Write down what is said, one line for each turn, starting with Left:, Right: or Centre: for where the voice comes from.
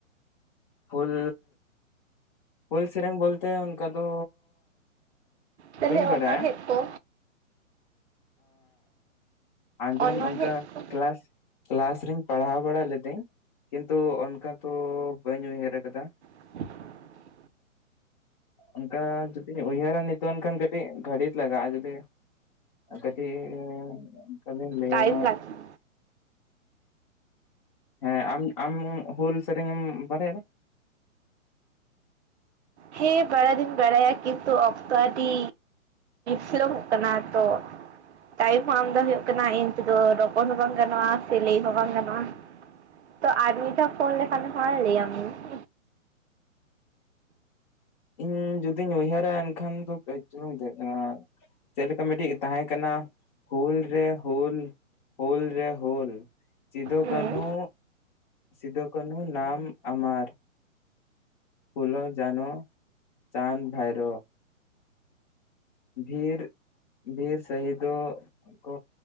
Left: ᱦᱩᱹᱞ ᱦᱩᱹᱞ ᱥᱮᱨᱮᱧ ᱵᱚᱞ ᱛᱮ ᱚᱱᱠᱟ ᱫᱚ
Right: ᱛᱟᱦᱚᱞᱮ
Left: ᱵᱟᱹᱧ ᱵᱟᱲᱟᱭᱟ᱾
Right: ᱚᱱᱚᱬᱦᱮᱸ ᱠᱚ
Left: ᱟᱸᱡᱚᱢ
Right: ᱚᱱᱚᱬᱦᱮᱸ
Left: ᱚᱱᱠᱟ
Right: ᱠᱚ
Left: ᱠᱮᱞᱟᱥ ᱠᱮᱞᱟᱥ ᱨᱮᱧ ᱯᱟᱲᱦᱟᱣ ᱵᱟᱲᱟ ᱞᱮ ᱫᱟᱹᱧ ᱠᱤᱱᱛᱩ ᱚᱱᱠᱟ ᱛᱚ ᱵᱟᱹᱧ ᱩᱭᱦᱟᱹᱨ ᱠᱟᱫᱟ
Right: <inaudible>
Left: ᱚᱱᱠᱟ ᱡᱩᱫᱤ ᱩᱭᱦᱟᱹᱨᱟ ᱱᱤᱛᱚᱜ ᱮᱱ ᱠᱷᱟᱱ ᱠᱟᱹᱴᱤᱡ ᱜᱷᱟᱹᱲᱤᱡ ᱞᱟᱜᱟᱜ-ᱟ ᱡᱩᱫᱤ ᱠᱟᱹᱴᱤᱡ ᱛᱟᱦᱚᱞᱤᱧ ᱞᱟᱹᱭ
Right: ᱴᱟᱭᱤᱢ
Left: ᱟᱢᱟ
Right: ᱞᱟᱜᱟᱜᱼᱟ
Left: ᱦᱮᱸ ᱟᱢ ᱟᱢ ᱦᱩᱹᱞ ᱥᱮᱨᱮᱧ ᱮᱢ ᱵᱟᱲᱟᱭᱟ
Right: ᱦᱮᱸ ᱵᱟᱲᱟᱭ ᱫᱚᱸᱧ ᱵᱟᱲᱟᱭᱟ ᱠᱤᱱᱛᱩ ᱚᱠᱛᱚ ᱟᱹᱰᱤ ᱯᱷᱞᱚᱜ ᱠᱟᱱᱟ ᱛᱚ ᱴᱟᱭᱤᱢ ᱦᱚᱸ ᱟᱢ ᱫᱚ ᱦᱩᱭᱩᱜ ᱠᱟᱱᱟ ᱤᱤᱱ ᱛᱮᱫᱚ ᱨᱚᱯᱚᱲ ᱦᱚᱸ ᱵᱟᱝ ᱜᱟᱱᱚᱜ-ᱟ ᱥᱮ ᱞᱟᱹᱭ ᱦᱚᱸ ᱵᱟᱝ ᱜᱟᱱᱚᱜ-ᱟ ᱛᱚ ᱟᱨ ᱢᱤᱫ ᱫᱷᱟᱣ ᱯᱷᱳᱱ ᱞᱮᱠᱷᱟᱱ ᱦᱚ ᱞᱟᱹᱭ ᱟᱢᱤᱧ
Left: ᱤᱧ ᱡᱩᱫᱤᱧ ᱩᱭᱦᱟᱹᱨᱟ ᱮᱱᱠᱷᱟᱱ ᱫᱚ ᱠᱟᱹᱡ ᱪᱧ <unintelligible> ᱫᱮᱡ ᱮᱱᱟ ᱪᱮᱫ ᱞᱮᱠᱟ ᱢᱤᱫᱴᱤᱡ ᱛᱟᱦᱮᱸ ᱠᱟᱱᱟ ᱦᱩᱞ ᱨᱮ ᱦᱩᱞ ᱦᱩᱞ ᱨᱮ ᱦᱩᱞ᱾ ᱥᱤᱫᱩᱠᱟᱱᱦᱩ
Right: ᱦᱩᱸ
Left: ᱥᱤᱫᱩᱠᱱᱦᱩ ᱱᱟᱟᱢ ᱟᱢᱟᱨᱼᱼ ᱯᱷᱩᱞᱩᱞ ᱡᱟᱱ ᱪᱟᱸᱫᱽ ᱵᱷᱟᱭᱨᱼᱼ ᱵᱷᱨ ᱵᱷᱨ ᱥᱟᱹᱦ ᱫᱚ ᱠᱚ